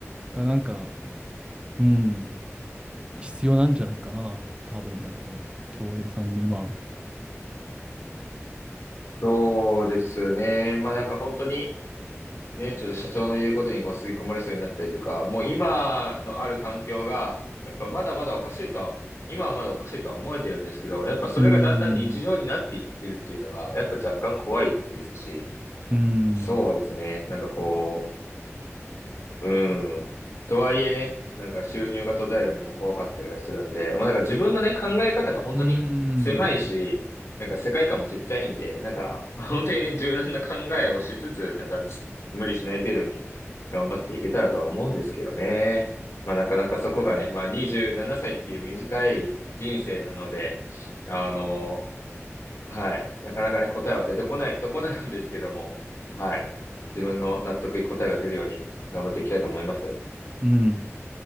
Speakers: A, on the right; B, on the left.
A: がなんか、うん、必要なんじゃないかな、多分だけど、京平さんに今。
B: そうですね。まあ、なんか本当に、ね、ちょっと社長の言うことにこう吸い込まれそうになったりとか、もう今のある環境が、やっぱまだまだおかしいとは、今はまだおかしいとは思えてるんですけど、やっぱそれがだんだん日常になっていってるっていうのが、
A: うーん、う
B: やっぱ若干怖いですし、
A: ーん、
B: そうですね、なんかこう、うん。とはいえね、なんか収入が途絶えるのも怖かったりはするんで、まあなんか自分のね、考え方が本当に狭いし、
A: うーん、
B: なんか世界観もちっちゃいんで、なんか本当にね、柔軟な考えをしつつ、なんかつ無理しない程度に頑張っていけたらとは思うんですけどね。まあなかなかそこがね、まあ27歳っていう短い人生なので、あの、はい。なかなかね、答えは出てこないとこなんですけども、はい。自分の納得いく答えが出るように頑張っていきたいと思います。
A: うん。